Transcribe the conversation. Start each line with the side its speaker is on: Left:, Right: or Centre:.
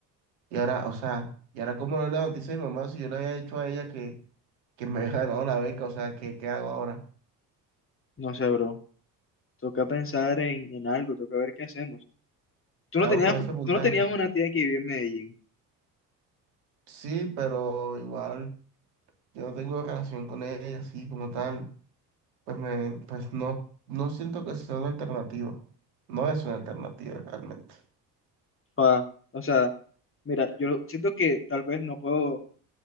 Right: Y ahora, o sea, ¿y ahora cómo no le noticia a mi mamá si yo le había dicho a ella que, que me había ganado la beca? O sea, ¿qué, qué hago ahora?
Left: No sé, bro. Toca pensar en, en algo, toca ver qué hacemos. Tú
Right: ¿Qué
Left: no
Right: hago
Left: tenías,
Right: con ese puntaje?
Left: tú no tenías una tía que vivía en Medellín.
Right: Sí, pero igual. yo no tengo relación con ella así como tal, pues me, pues no, no siento que sea una alternativa. No es una alternativa realmente.
Left: Pa, o sea, mira, yo siento que tal vez no puedo